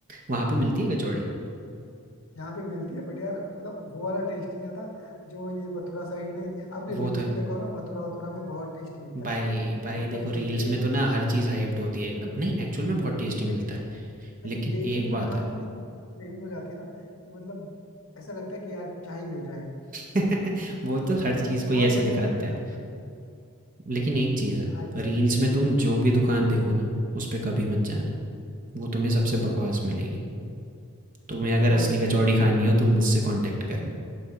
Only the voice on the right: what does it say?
वहाँ पे मिलती है कचौड़ी
वो तो है
भाई
भाई
देखो
रील्स
में तो ना हर चीज़ हाइप्ड होती है एकदम नहीं एक्चुअल में बहुत टेस्टी
मिलता है
लेकिन
एक
बात
है
<laughs> वो तो हर
चीज़ को
ही ऐसे
दिखाते
हैं।
लेकिन एक चीज़ है,
रील्स
में तुम जो भी दुकान देखो ना, उस पे कभी मत जाना। वो तुम्हें सबसे बकवास मिलेगी। तुम्हें अगर
असली
कचौड़ी
खानी हो, तुम मुझसे कॉन्टैक्ट करना,